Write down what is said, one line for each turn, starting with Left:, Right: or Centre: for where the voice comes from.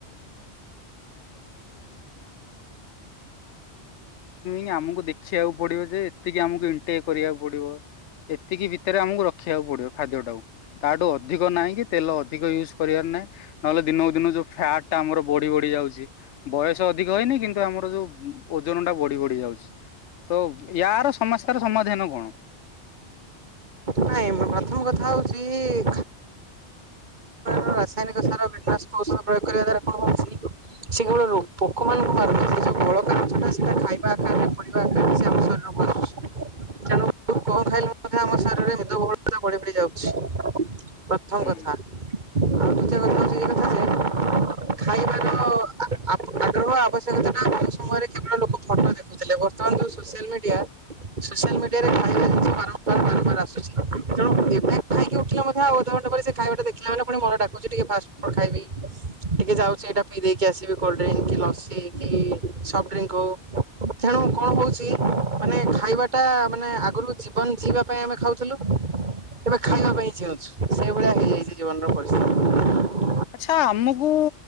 Left: <inaudible> ଆମକୁ ଦେଖିବାକୁ ପଡିବ ଯେ ଏତିକି ଆମକୁ ଇଣ୍ଟେ କରିବାକୁ ପଡିବ ଏତିକି ଭିତରେ ଆମକୁ ରଖିବାକୁ ପଡିବ ଖାଦ୍ୟ ଟାକୁ ତାଠୁ ଅଧିକ ନାହିଁ କି ତେଲ ଅଧିକ ୟୁଜ୍ କରିବାର ନାହିଁ ନହେଲେ ଦିନକୁ ଦିନ ଯୋଉ ଫ୍ୟାଟ ଟା ଆମର ବଢି ବଢି ଯାଉଛି ବୟସ ଅଧିକ ହେଇନି କିନ୍ତୁ ଆମର ଯୋଉ ଓଜନ ଟା ବଢି ବଢି ଯାଉଛି। ତ ୟାର ସମସ୍ୟାର ସମାଧାନ କଣ?
Right: ନାଇଁ ପ୍ରଥମ କଥା ହେଉଛି ରାସାୟନିକ ସାର କୀଟନାଶକ ଔଷଧ ପ୍ରୟୋଗ କରିବା ଦ୍ଵାରା କଣଉଛି ସେ କେବଳ ପୋକ ମାନଙ୍କୁ ମାରୁନ ସେ ଯୋଉ ବଳକା ଗଛଟା ସେଟା ଖାଇବା ଆକାରରେ ପର ଆକାରରେ ସେ ଆମ ଶରୀରକୁ ମାରୁଛି ତେଣୁ କଣ ଖାଇଲେ ମଧ୍ୟ ଆମ ଶରୀରରେ ମଦବଳତା ବଢି ବଢଡି ଯାଉଛି ପ୍ରଥମ
Left: ହୁଁ
Right: କଥା ଆଉ ଦ୍ିତୀୟ କଥା ହଉଛି ଯ କଥା ସେ ଖାଇବାର ଆଗ୍ରହ ଆବଶ୍ୟକତା ସମୟରେ କେବଳ ଲୋକ ଫଟୋ ଦେଖୁଥିଲେ ବର୍ତ୍ତମାନ ଯୋ ସୋସିଆଲ ମିଡିଆ ସୋସିଆଲ୍ ମିଆରେ ଭାଇରାଲ୍ଉଛିାରମ୍
Left: ହୁଁ
Right: ବ ବାରମ୍ବାର ଆସୁଛି ତେଣୁ ଏବେ ଖାଇକି ଉଠିଲେ ମଧ୍ୟଧେ ଆ ଅଧଘଣ୍ଟା ପରେ ସେ ଖାଇବା ଦେଖିଲା ମାନେ ପୁଣି ମନ ଡାକୁଛି ଟିକେ ଫାଷ୍ଟଫୁଡ଼୍ ଖାଇବି ଟିକେ ଯାଉଛି ଏଇଟା ପିଇ ଦେଇକି ଆସିବି କୋଲ୍ଡ୍ରିଙ୍କ୍ କି ଲସି କି ସଫ୍ଟ ଡ୍ରିଙ୍କ୍ ହଉ ତେଣୁ କଣ ହଉଛି ମାନେ ଖାଇବା ଟା ମାନେ ଆଗରୁ ଜୀବନ ଯିବା ପାଇଁ ଆମେ ଖାଉଥିଲୁ ଏବେ
Left: ହୁଁ।
Right: ଖାଇବା ପାଇଁ ଜିଉଛୁ ସେ ଆ ହେଇଯାଇଛି ଜୀବନର <inaudible>
Left: ଆଛା ଆମକୁ